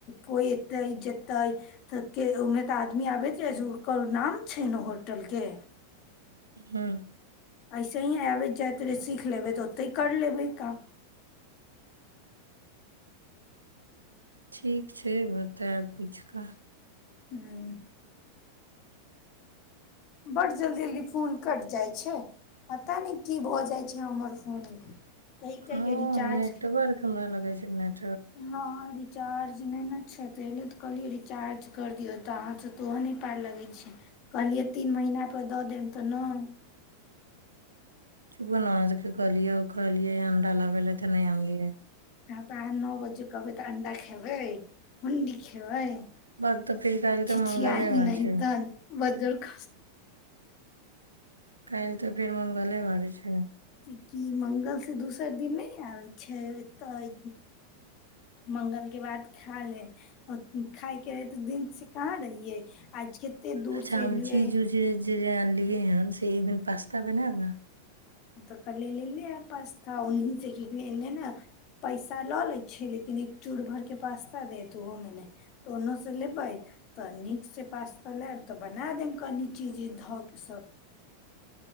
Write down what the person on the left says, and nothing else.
कोइ एयतै जेतै त के ओहिमे तऽ आदमी आबैत जाइ छै ओकर नाम छै ने होटलके।
ऐसे ही आबैत जाइत रहै सीख लेबै त ओतहि कर लेबै काम।
ह्म। बड्ड जल्दी जल्दी फोन कटि जाइ छै पता नहि की भ जाइ छै हमर फोन मे। कहि
कहिये रिचार्ज
हँ रिचार्ज ने। अच्छा त एलै त कहलियै रिचार्ज कर दियौ त अहाँ से त ओहो नहि पार लगैत छै। कहलियै तीन महीना। कल द देम त न।
प नओ बजे कबै। त अंडा खेबै। हुंडी खेबै।
चीची
आी नहि
त बजर ख।
कि मंगल दोसर दिन नहि आबै छै ए मंगल के बाद खा ले खाायके रहै त दिन से कहाँ रहियै। आज कते दूर
से
एलियै
त कलिये लेले आयब पास्ता ओहीसँ की कहलियै एन्ने ने पैसा ल लैत छै लेकिन एक चूर भर क पास्ता देत ओहोमे नहि त ओन्नसँ लेबै त नीकसँ पास्ता लेब त बना देब कनि चीज धऽ क सभ।